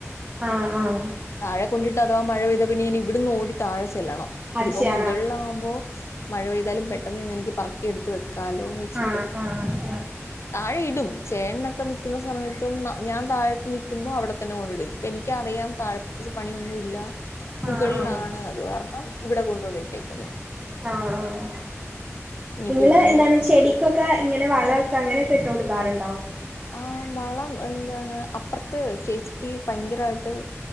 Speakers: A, on the right; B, on the left.
A: ആഹ് ആഹ്
B: തഴ കൊണ്ടിട്ട്ഥവാ മഴ പെയതാ പിന്ന ഞ ഇവിന്ന് ഓടി താഴെല്ലണം
A: അത്
B: ഇപ്പ
A: ശ
B: മുകളിലാകുമ്പോൾ
A: ആഹ്
B: മഴ പെയ്താലും പെട്ടെന്ന് തന്ന് എനിക്ക് പറക്കിയെടുത്ത് വ കാലോന്ന് വെച്ചിട്ട്
A: ആഹ് ആഹ് ആഹ് ആഹ്
B: താഴെയിടും ചേ അക്കെ നിക്കുന്ന സമയത്തും ഞാൻ താഴത്ത് നിക്കുമ്പോൾ അവിടെത്തന്നെ കൊണ്ട ഇപ്പോ എിക്കറിയാം താഴ പ്രത്യേി പണിയൊന്നുംുമല്ല മുകളിലാണ്
A: ആഹ് ആഹ്
B: അത് കാരണം ഇവിടെണ്ട് ട്ടിക്ക
A: ആഹ ആ
B: ഇനിയിപ്പോ
A: നിങ്ങള്
B: ഇവിടെ
A: എന്താണ്
B: നിന്ന്
A: ചെടിക്കൊക്കെ ഇങ്ങനെ വളൊക്കെ അങ്ങനെ കെട്ട് കൊടുക്കാറുണ്ടാവും
B: ആ മളം എന്താണ് അപ്പുറത്ത് ചേച്ചിക്ക് ഭയങ്കരമായിട്ട്െ